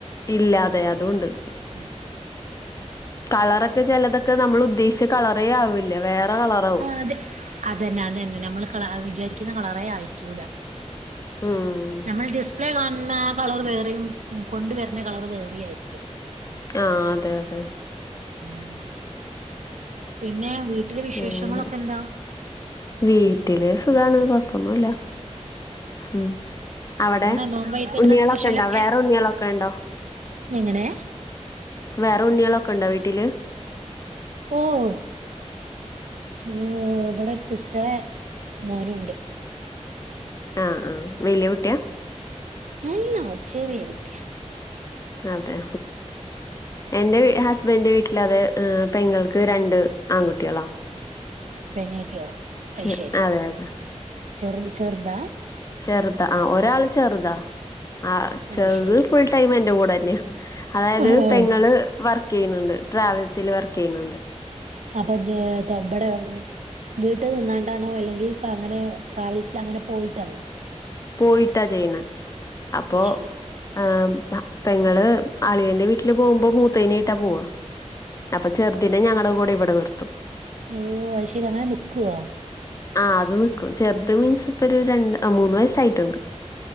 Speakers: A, on the left; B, on the right.
A: ഇല്ലതെ അതൂണ്ട്
B: ഉം
A: കളറക്കെ ചെലതക്കെ നമ്മളുദ്ദേശിച്ച കളറേ ആവില്ല വേറെ കളറാവും
B: അതെ അതെന്നെ അതെന്നെ നമ്മള് കള വിചാരിക്കുന്ന കളറേ ആയിരിക്കൂല
A: ഉം
B: നമ്മൾ ഡിസ്പ്ലേ കാണുന്ന ആ കളർ വേറേയും കൊണ്ട് വര്ണ കളർ വേറേയും ആയ്രിക്കും
A: ആഹ് അതെ അതെ
B: ഉം പിന്നെ വീട്ടിൽ വിശേഷങ്ങളൊക്കെന്താ
A: അങ്ങനെ. വീട്ടില് സുഖാണ് കൊഴ്പ്പൊന്നൂല്ലാ ഉം അവ്ടെ
B: എന്താ നോമ്പായിട്ട്
A: ഉണ്ണ്യാളൊക്കെണ്ടോ
B: എന്താ സ്പെഷ്യലൊക്കെ
A: വേറൊണ്ണ്യാളൊക്കെണ്ടോ
B: എങ്ങനെ
A: വേറൊണ്ണ്യാളൊക്കെണ്ടോ വീട്ടിൽ
B: ഓഹോ ഇവടെ സിസ്റ്റെറെ മോനുണ്ട്
A: ആഹ് ആഹ് വല്യ കുട്ടിയാ?
B: നല്ല ചെറ്യേ കുട്ട്യാ
A: അതെ എന്റെ വി ഹസ് ബന്റെ വീട്ടിലതേ പെങ്ങൾക്ക് രണ്ട് ആൺകുട്ട്യാളാ
B: പെങ്ങക്കോ
A: ചെ
B: അയ്ശെരി
A: അതെ അതെ.
B: ചെറുത് ചെറ്താ
A: ചെറ്താ ആ ഒരാൾ ചെറുതാ ആ ചെറ്ത്
B: അത് ശരി
A: ഫുൾ ടൈം എന്റെ കൂടെന്നെയാ അതായത്
B: ആണോ
A: പെങ്ങള് വർക്കെയ്യ്ന്ന്ണ്ട് ട്രാവൽസിൽ വർക്കെയ്യ്ന്ന്ണ്ട്
B: അപ്പജ്ജ് ത്തമ്പടെ വീട്ട് നിന്നാണ്ടാണോ അല്ലെങ്കിപ്പങ്ങനെ ട്രാവൽസ്ലങ്ങനെ പോയിട്ടാണോ
A: പോയിട്ടാ ചെയ്യ്ണേ അപ്പോ
B: അത് ശരി
A: ആഹ് പെങ്ങള് അളിയന്റെ വീട്ടിൽ പോകുമ്പോ മൂത്തേനേട്ടാ പോവാ അപ്പം ചെറ്തിനെ ഞങ്ങളെ കൂടെവടെ നിർത്തും
B: ഓഹ് അത് ശെരി അങ്ങനെ നിക്കോ
A: ആഹ് അത് നിക്കും ചെറ്ത് മീൻസ് ഇപ്പൊരു രണ്ട് അ മൂന്ന് വയ്സ്സായ്ട്ടുണ്ട്